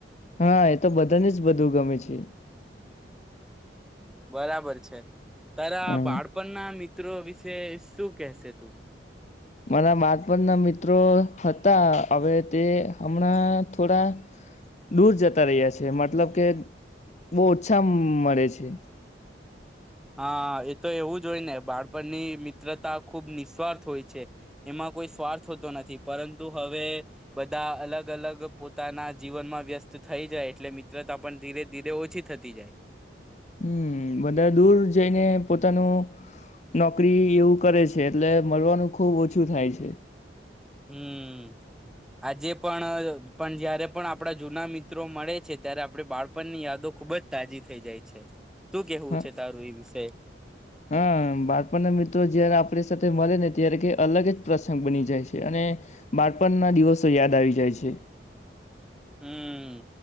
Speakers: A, on the left; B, in the centre.
A: હા એ તો બધાને જ બધું ગમે છે.
B: બરાબર છે. ત
A: હમ
B: બાળપણના મિત મિત્રો વિશે શું કેહેશે તું.
A: મારા બાળપણના મિત્રો હતા હવે તે હમણાં થોડા, દૂર જતા રહ્યા છે મતલબ કે બહ ઓછા મળે છે.
B: હા એ તો એવું જ હોય ને બાળપણની મિત્રતા ખૂબ નિસ્વાર્થ હોય છે, એમાં કોઈ સ્વાર્થ હોતો નથી પરંતુ હવે, બધા અલગ અલગ પોતાના જીવનમાં વ્યસ્ત થઈ જાય એટલે મિત્રતા પણ ધીરે ધીરે ઓછી થતી જાય.
A: હમ બધા દૂર જઈને પોતાનું, નોકરી એવું કરે છે એટલે મળવાનું ખુબ ઓછું થાય છે.
B: હમ, આજે પણ પણ જયારે પણ આપડા જૂના મિત્રો મળે છે ત્યારે આપડ બાળપણની યાદો ખુબ જ તાજી થઈ જાય છે. શું કેવું
A: હા,
B: છે તારું એ વિષય
A: હા બાળપણના મિત્રો જયારે આપ આપ સાથે મળે ને ત્યારે ક અલગ જ પ્રસંગ બની જાય છે અને, બાળપણ ના દિવસો યાદ આવી જાય છે.
B: હમ